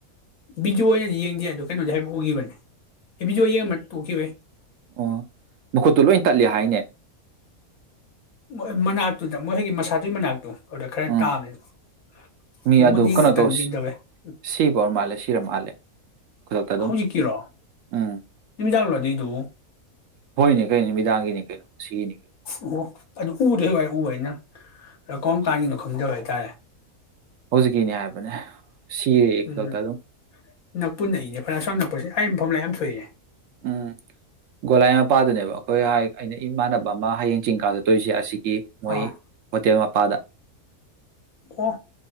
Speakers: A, on the left; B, on the right.
A: ꯕꯤꯖꯣ ꯑꯣꯏꯅꯗꯤ ꯌꯦꯡꯗꯦ ꯑꯗꯨ ꯀꯩꯅꯣꯗ ꯍꯥꯏꯕ ꯎꯈꯤꯕꯅꯦ ꯑꯦ ꯕꯤꯖꯣ ꯌꯦꯡꯉ ꯇ ꯎꯈꯤꯕꯩ
B: ꯑꯣ ꯃꯈꯨꯠꯇꯨ ꯂꯣꯏ ꯇꯠꯂꯦ ꯍꯥꯏꯅꯦ
A: ꯃꯣꯏ ꯃꯅꯥꯛꯇꯨꯗ ꯃꯣꯏ ꯍꯣꯏꯒꯤ ꯃꯁꯥꯗꯨꯏ ꯃꯅꯥꯛꯇꯨ ꯑꯗꯨꯗ ꯈꯔ
B: ꯎꯝ
A: ꯇꯥꯕꯅꯤꯅ
B: ꯃꯤ
A: ꯑꯩ
B: ꯑꯗꯨ
A: ꯃꯨꯣ
B: ꯀꯩꯅꯣ
A: ꯇꯟ
B: ꯇꯧ ꯁꯤ-
A: ꯌꯦꯗꯧꯋꯦ ꯎ
B: ꯁꯤꯕ ꯑꯣꯏꯔ ꯃꯥꯜꯂꯦ ꯁꯤꯔ ꯃꯥꯜꯂꯦ ꯈꯨꯗꯛꯇ ꯑꯗꯨꯝ
A: ꯍꯧꯖꯤꯛꯀꯤꯔꯣ
B: ꯎꯝ
A: ꯅꯨꯃꯤꯗꯥꯡꯣ ꯑꯗꯨꯗꯨ
B: ꯍꯣꯏꯅꯦ ꯀꯩꯅꯣ ꯅꯨ ꯃꯤꯃꯤꯗꯥꯡꯒꯤꯅꯤ ꯀꯩꯅꯣ ꯉꯁꯤꯒꯤꯅꯤ ꯀꯩꯅꯣ
A: ꯑꯣ ꯑꯗꯨꯗ ꯎ ꯔꯦ ꯋꯥꯏ ꯎ ꯍꯥꯏꯅ ꯀꯣꯝ ꯀꯥꯒꯤꯅ‌ꯣ ꯈꯪꯗꯧꯔꯗꯤ <unintelligible>
B: ꯍꯧꯖꯤꯛꯀꯤꯅꯦ ꯍꯥꯏꯕꯅꯦ ꯁꯤꯔꯦ
A: ꯎꯝ
B: ꯈꯨꯗꯛꯇ ꯑꯗꯨꯝ
A: ꯅꯛꯄꯨ ꯅꯛꯏꯅꯦ ꯐꯅ ꯁꯝ ꯅꯛꯄꯁꯦ ꯍꯥꯏꯔꯤꯕ ꯃꯐꯝ ꯂꯥꯏ ꯌꯥꯝ ꯁꯣꯏꯏꯔꯦ
B: ꯎꯝ ꯒꯣꯂꯥꯏ ꯃꯄꯥꯗꯨꯅꯦꯕ ꯑꯩꯈꯣꯏ ꯑꯩꯅ ꯏꯃꯥꯟꯕ ꯃ ꯍꯥꯏꯩꯡ ꯆꯤꯡ ꯀꯥ ꯆꯠꯇꯣꯔꯤꯁꯦ ꯑꯁꯤꯒꯤ ꯃꯣꯏ
A: ꯑꯥ
B: ꯍꯣꯇꯦꯜ ꯄꯥꯗ
A: ꯑꯣ